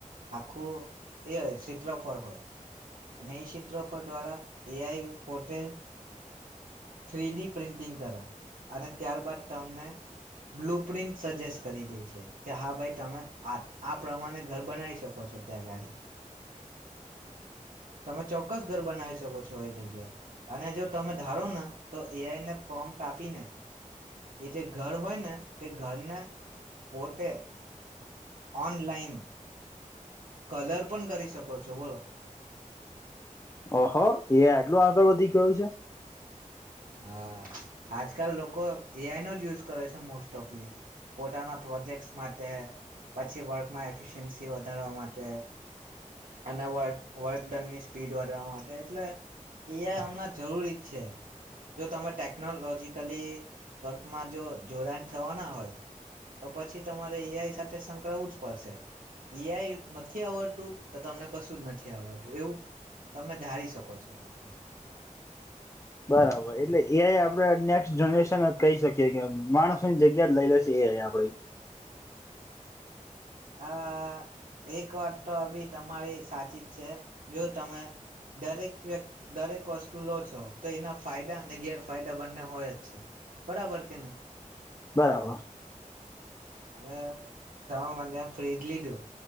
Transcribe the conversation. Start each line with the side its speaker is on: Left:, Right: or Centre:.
Right: આખું એ હોય ક્ષેત્રફળ હોય. અને એ ક્ષેત્રફળ દ્વારા એઆઈ પોતે થ્રી ડી પ્રિન્ટિંગ કરે અને ત્યારબાદ તમને બ્લુ પ્રિન્ટ સજેસ્ટ કરી દે છે કે હા ભાઈ તમે આ આ પ્રમાણે ઘર બનાવી શકો છો એ જગ્યાએ. તમે ચોક્કસ ઘર બનાવી શકો છો એ જગ્યાએ અને જો તમે ધારો ને તો એઆઈને પ્રોમ્ટ આપી ને એ જે ઘર હોય ને તે ઘરને પોતે ઓનલાઇન કલર પણ કરી શકો છો બોલો.
Left: ઓહો એઆઇ આટલું આગળ વધી ગયું છે.
Right: હા આજકાલ લોકો એઆઈ નો જ યુઝ કરે છે મોસ્ટ ઓફલી. પોતાના પ્રોજેક્ટસ માટે, પછી જે વર્કમાં એફિશયન્સી વધારવા માટે અને વ વર્ક ડનની સ્પીડ વધારવા માટે એટલે એઆઈ હમણાં જરૂરી જ છે. જો તમે ટેકનોલોજીકલી વર્કમાં જો જોડાણ થવાના હોય તો પછી તમારે એઆઈ સાથે સંકળવું જ પડશે એઆઈ નથી આવડતું તો તમને કશું જ નથી આવડતું એવું તમે ધારી શકો છો મતલબમાં
Left: બરાબર એટલે એ આપડે નેક્સ્ટ જનરેશન જ કહી શકીએ કે માણસોની જગ્યા જ લઈ લેશે એઆઇ આપણે
Right: હા એક વાત તો આ બી તમારી સાચી જ છે જો તમે દરેક વ્યકત દરેક વસ્તુ લો છો તો એના ફાયદા ને ગેરફાયદા બંને હોય જ છે બરાબર કે નહી
Left: બરાબર
Right: હવે તમે મને ફ્રીજ લીધો